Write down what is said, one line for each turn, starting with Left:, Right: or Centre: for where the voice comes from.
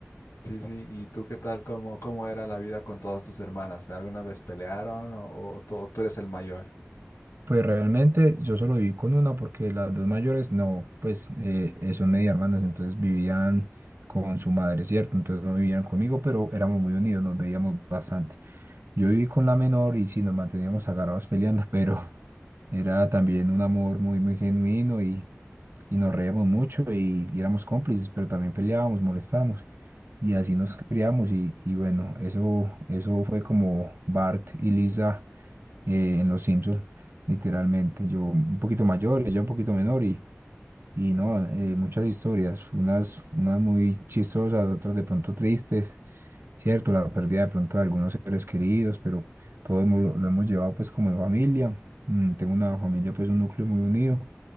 Left: Sí, sí. ¿Y tú qué tal? ¿Cómo, cómo era la vida con todas tus hermanas? ¿Alguna vez pelearon o, o tú tú eres el mayor?
Right: Pues realmente yo solo viví con una porque las dos mayores no, pues eh, eh, son media hermanas, entonces vivían con su madre, ¿cierto? Entonces no vivían conmigo, pero éramos muy unidos, nos veíamos bastante. Yo viví con la menor y sí, nos manteníamos agarrados peleando, pero <laughs> era también un amor muy, muy genuino y y nos reíamos mucho y, y éramos cómplices, pero también peleábamos, molestábamos y así nos criamos y, y bueno, eso, eso fue como Bart y Lisa eh, en Los Simpsons, literalmente. Yo un poquito mayor, ella un poquito menor y, y no, eh, muchas historias, unas, unas muy chistosas, otras de pronto tristes cierto, la pérdida de pronto de algunos seres queridos, pero todo hemos- lo, lo hemos llevado pues como en familia. Mm, tengo una familia pues un núcleo muy unido